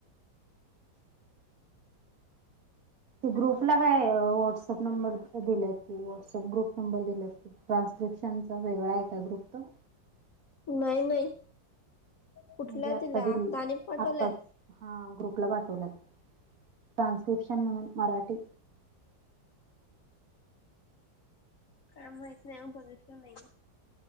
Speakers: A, on the right; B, on the left.
A: ते ग्रुपला काय व्हॉट्सअप नंबर दिले व्हट्सअप ग्रुप नंबर दिला्रान क्रिप्शनच वेगळं ऐकाय ग्रुप तो
B: नाही नाही कुठल्या
A: म्हणजे आत्ता
B: दिल्या
A: दिलेल
B: आता आणि पाठवल्यात.
A: आत्ताच हा ग्रुपला पाठवल्या ट्रान्स्क्रिप्शन म्हणून मराठी
B: काय माहित नाही हो बघितलं नाही